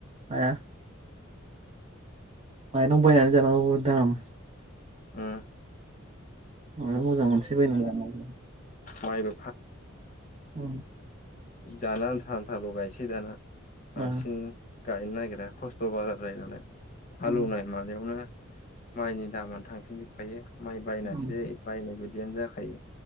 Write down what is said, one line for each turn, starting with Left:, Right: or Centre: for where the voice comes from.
Right: जाया माइरं बायनानै। आयौ दाम।
Left: उम
Right: माबा मोजां मानसै बायनानै लाना।
Left: माइबो
Right: अ
Left: जाना आन्था आन्थाल' गायनोसै दाना बांसिन
Right: ओ
Left: गायनो नागिरा खस्थ' बारा। जायो नालाय हालौवनाय
Right: उम
Left: मानायावनो। माइनि दामानो थांफिनजोबखायो माइ बायनासैै
Right: उम
Left: बायनाय बायदियानो जाखायो।